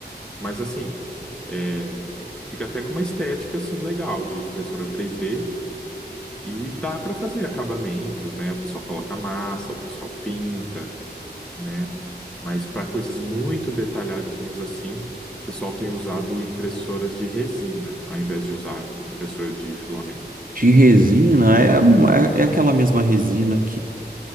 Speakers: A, in the centre; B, on the right (about 50°).
A: Mas assim, é, fica até com uma estética assim legal de impressora 3D e dá para fazer acabamentos, né? O pessoal coloca massa, o pessoal pinta né? Mas para coisas muito detalhadinhas assim, o pessoal tem usado impressoras de resina, ao invés de usar impressora de filamento.
B: de resina, é a mesma, é é aquela mesma resina